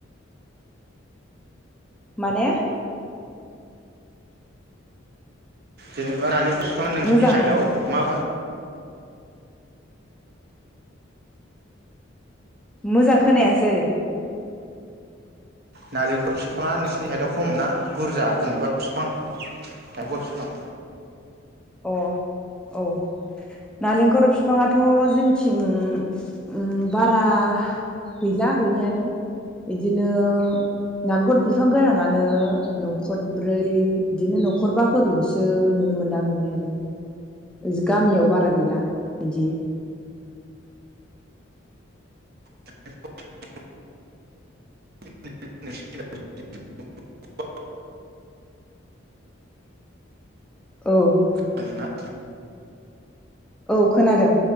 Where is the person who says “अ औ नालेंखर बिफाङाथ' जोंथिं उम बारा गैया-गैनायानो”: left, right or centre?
Centre